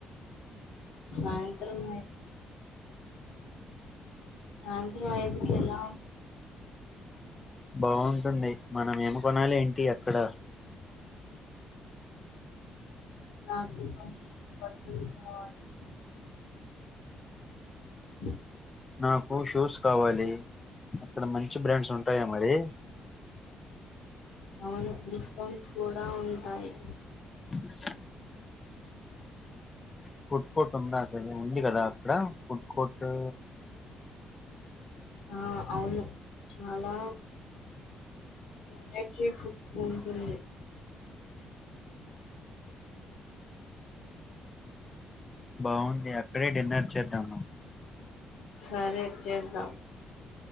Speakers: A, on the left (about 85°); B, on the left (about 25°).
A: సాయ్ యంత్రం సాయంత్రం ఐదు కీ అలా
B: బావుంటుంది మనం ఏమి కొనాలి ఏంటి అక్కడ
A: నాకు ఒక వెయ్యి బట్టలు కావాలి బ
B: నాకు షూస్ కావాలి అక్కడ మంచి బ్రాండ్స్ ఉంట టాయా మరి
A: అవును డిస్కౌంట్స్ కూడా ఉంటాయి
B: స ఫుడ్ కోర్టు ఉందా అది ఉంది కదా అక్కడ ఫుడ్ కోర్టు
A: ఆ అవును చాలా వెరైటీ ఫుడ్ ఉంటుంది
B: బావున్ ఎక్కడే డిన్నర్ చేద్దాం
A: సరే చేద్దాం